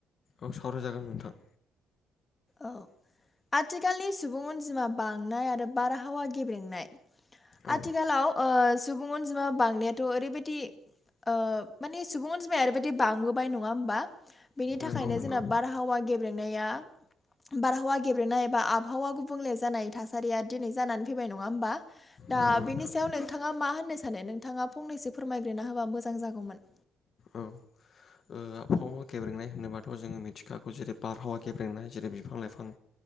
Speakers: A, on the left; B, on the left.
A: औ सावरायजागोन नोंथां
B: औ आथिखालनि सुबुं अनजिमा बांनाय आरो बारहावा गेब्रेंनाय
A: औ
B: आथिखालाव ओ सुबुं अनजिमा बांनायाथ' ओरैबायदि ओ माने सुबुं अनजिमाया ओरै बायदि बांबोबाय नङा होमबा बेनि थाखायनो
A: नंगौ नंगौ
B: जोंना बारहावा गेब्रेंनाया बारहावा गेब्रेंनाय एबा आबहावा गुबुंले जानाय थासारिया दिनै जानानै फैबाय नङा होमबा दा
A: नंगौ नोंथां
B: बेनि सायाव नोंथाङा मा होननो सानो नोंथाङा फंनैसो फोरमायग्रोना होबा मोजां जागौमोन
A: औ ओ आबहावा गेब्रेंनाय होनोबाथ' जोङो मिथिखागौ जेरै बारहावा गेब्रेंनाय जेरै बिफां लाइफां